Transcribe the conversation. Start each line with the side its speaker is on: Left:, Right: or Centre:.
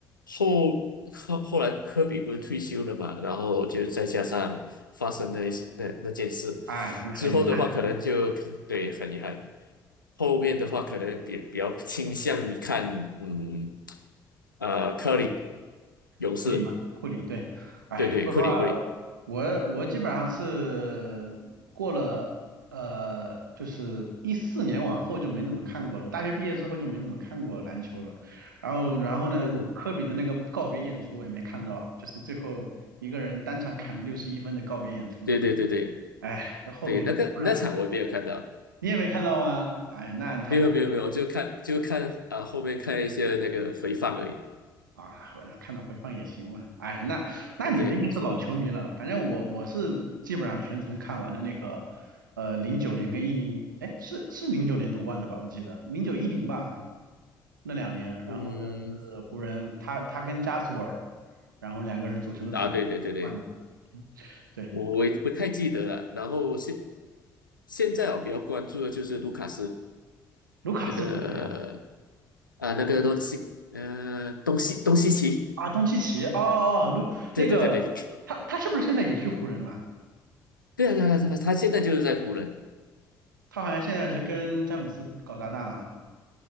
Left: 后后后来科比不是退休了嘛，然后就再加上发生那些那那件事
Right: 哎，那很遗憾，
Left: 之后的话，可能就 <laughs> 对很遗憾。后面的话，可能比比较倾向于看，嗯，呃，科里勇士，
Right: 库里嘛，库里对，哎呀，
Left: 对对，
Right: 说实话，
Left: 克里克里，
Right: 我我基本上是过了呃，就是一四年往后就没怎么看过了。我大学毕业之后就没怎么看过篮球了。然后然后呢，
Left: 嗯哼，
Right: 就科比的那个告别演出我也没看到，就是最后一个人单场砍了六十一分的告别演出嘛。
Left: 对对对对
Right: 哎，那后面不然
Left: 对，那个那场我没有看到，
Right: 你也没看到吗？哎，那太可。
Left: 没有没有没有，我就看就看啊、后面看一些那个回放而已，
Right: 啊，我看到回放也行嘛。哎，那那你应该是老球迷了。
Left: 嗯对。
Right: 反正我我是基本上全程看完了那个，呃，零九年跟一零，哎，是是零九年夺冠的吧？我记得零九一零吧，那两年。然后呢是湖人，
Left: 嗯，
Right: 他他跟加索尔，然后两个人组成的组冠。
Left: 啊，对对对对，
Right: 对，
Left: 我我也不太记得了。然后现现在我比较关注的就是卢卡斯
Right: 卢卡斯是谁啊？
Left: 那个啊，那个东西呃东西东西奇，
Right: 啊，东契奇。哦哦，哦卢那个他他是不是现在也去湖人了？
Left: 对对对对对啊，对啊他他现在就是在湖人
Right: 他好像现在是跟詹姆斯搞搭档啊。